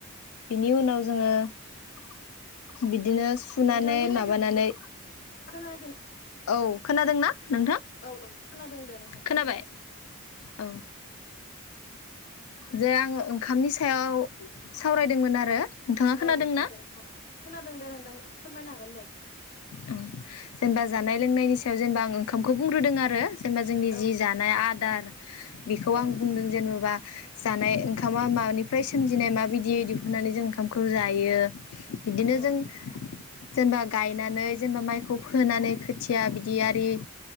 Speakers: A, on the left (about 80°); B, on the left (about 40°).
A: बिनि उनाव जोङो बिद बिदिनो सुनानै
B: नोंथांनि होननायखौ
A: माबानानै
B: खोनायाखै
A: औ खोनादोंना? नोंथां
B: औ नोंथां खोनादों दे नोंथां
A: खोनाबाय
B: खोनादों।
A: औ जे आङो ओंखामनि सायाव सावरायदोंमोन आरो। नोंथाङा
B: औ
A: खोनादों
B: नोंथां
A: ना
B: दे हागोन खोनादों दे नोंथां। फोरमायनो हागोनदे।
A: उम जेनेबा जानाय लोंनायनि सायाव जेनेबा आं ओंखामखौ जेनबा जोंनि
B: औ
A: जि
B: नोंथां
A: जानाय आदार बेखौ
B: औ
A: आं बुंदों जेनेबा जानाय ओंखामा मानिफ्राय सोमजिनाय माबायदि दिहुननानैजों ओंखामखौ जायो बिदिनोजों
B: औ नोंथां नंगौ
A: जेनबा गायनानै जेनबा माइखौ फोनानै खोथिया बिदिआरि